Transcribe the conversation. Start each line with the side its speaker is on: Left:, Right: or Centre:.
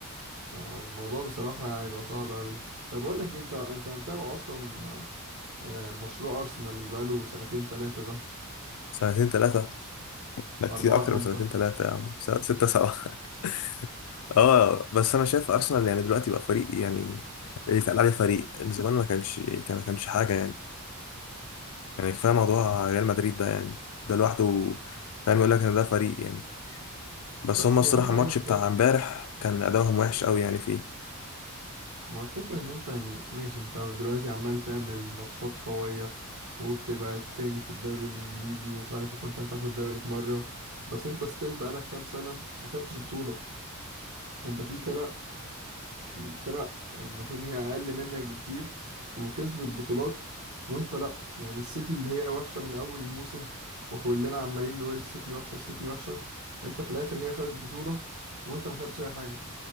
Right: الموضوع بصراحة هيبقى صعب أوي طب أقول لك إيه، أنت أنت متابع أصلا آه، مشروع أرسنال اللي بقاله سنتين تلاتة ده
Left: سنتين ثلاثه لا كتير
Right: أربعة
Left: اكتر
Right: خمسة
Left: من سنتين ثلاثه يا عم س- سته سبعه <laughs> اه بس انا شايف ارسنال يعني دلوقتي بقى فريق يعني يتقال عليه فريق زمان ما كانش كان ما كانش حاجه يعني يعني كفايه موضوع ريال مدريد ده يعني ده لوحده فاهم يقول لك ان ده فريق يعني بس
Right: بس
Left: هما الصراحة
Right: يا عم
Left: الماتش
Right: أيا
Left: بتاع
Right: كان
Left: امبارح كان أداؤهم وحش قوي يعني فيه
Right: ما هو الفكرة إن أنت يعني ماشي أنت دلوقتي عمال تعمل ماتشات قوية وبتبقى التاني في الدوري الإنجليزي ومش عارف وكنت هتاخد دوري في مرة بس أنت ستيل بقالك كام سنة ما خدتش بطولة أنت في فرق فرق يعني المفروض ان هي اقل منك بكتير وكسبت بطولات وانت لا يعني السيتي اللي هي وحشة من اول الموسم وكلنا عمالين نقول السيتي وحشة السيتي وحشة انت في الاخر هي خدت بطولة وانت ما خدتش اي حاجة